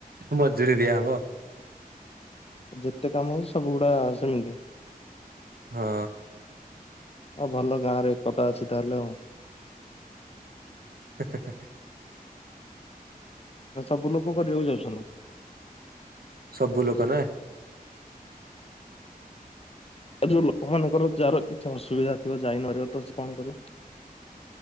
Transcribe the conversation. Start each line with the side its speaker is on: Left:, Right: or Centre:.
Right: ମଜୁରି ଦିଆହବ।
Left: ଯେତେ କାମ ହଉଛି ସବୁଗୁଡା ସେମିତି?
Right: ହଁ।
Left: ହଉ ଭଲ ଗାଁ ରେ ଏକତା ଅଛି ତାହେଲେ ହଁ।
Right: ହ ହେ ହେ
Left: ନା ସବୁ ଲୋକ କରିବାକୁ ଯାଉଛନ୍ତି?
Right: ସବୁ ଲୋକ ନା।
Left: ଆଉ ଯୋଉ ଲୋକମାନଙ୍କର ଯାହାର କିଛି ଅସୁବିଧା ଥିବ ଯାଇନାରିବ ତ କଣ କରିବ?